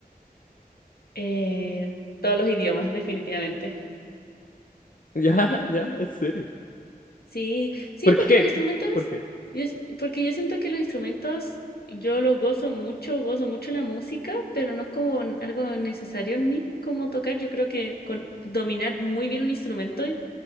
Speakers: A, on the left; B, on the left.
A: Eh, todos los idiomas, definitivamente.
B: <laughs> Ya, ya, en serio.
A: Sí, sí,
B: ¿Por
A: porque
B: qué?
A: los instrumentos,
B: ¿Por qué?
A: yo, s- porque yo siento que los instrumentos, yo los gozo mucho, gozo mucho la música, pero no es como n- algo necesario en mí como tocar. Yo creo que con dominar muy bien un instrumento y-